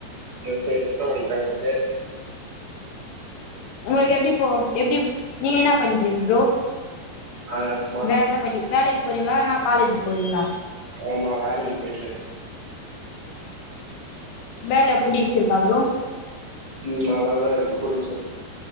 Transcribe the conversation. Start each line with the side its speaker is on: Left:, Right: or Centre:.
Right: எப்ப எத்ன மணிக் காலேஜ்ஜு
Left: உங்கள்க் எப்டி போ எப்டிப் நீங்க என்னா பண்றீங் ப்ரோ
Right: ஆச்
Left: வேல படி வேலைக் போறீங்ளா னா காலேஜி போறீங்ளா
Right: ஆமா வேலைக்கி போய்ட்ருக்கு
Left: வேல புடிச்சிருக்கா ப்ரோ
Right: ம் நல்லாதா இருக்கு புடிச்சிருக்கு